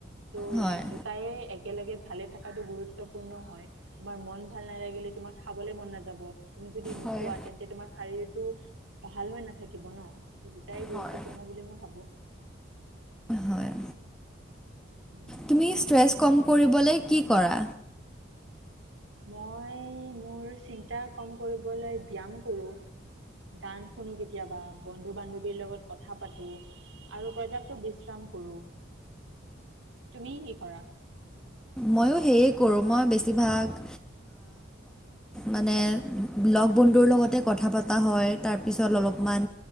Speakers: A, on the right; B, in the centre.
A: ত
B: হয়
A: দুটায়ে একেলগে ভালে থকাটো গুৰুত্বপূৰ্ণ হয়, তোমাৰ মন ভাল নালাগিলে তোমাক খাবলৈ মন নাযাব। তুমি যদি নোখোৱা,
B: হয়
A: তেন্তে তোমাৰ শাৰীৰিক ভাল হৈ নাথাকিব ন, ত দুটাই গুৰুত্বপূৰ্ণ
B: হয়
A: বুলি মই ভাবো।
B: হয়
A: উম
B: তুমি ষ্ট্ৰেছ কম কৰিবলৈ কি কৰা?
A: মই, মোৰ চিন্তা কম কৰিবলৈ ব্যায়াম কৰোঁ। গান শুনো কেতিয়াবা, বন্ধু-বান্ধৱীৰ লগত কথা পাতো। আৰু পৰ্যাপ্ত বিশ্ৰাম কৰো, তুমি কি কৰা?
B: মইয়ো সেয়ে কৰোঁ, মই বেছিভাগ মানে লগ বন্ধুৰ লগতে কথা পাতা হয়। তাৰপিছত অলপমান,
A: অঁ